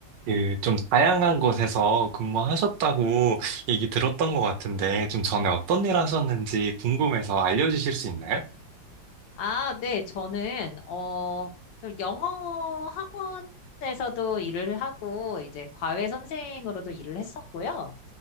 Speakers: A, on the right; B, on the left.
A: 그 좀 다양한 곳에서 근무하셨다고 얘기 들었던 것 같은데, 좀 전에 어떤 일 하셨는지 궁금해서 알려주실 수 있나요?
B: 아, 네, 저는, 어, 좀 영어 학원에서도 일을 하고, 이제 과외 선생으로도 일을 했었고요.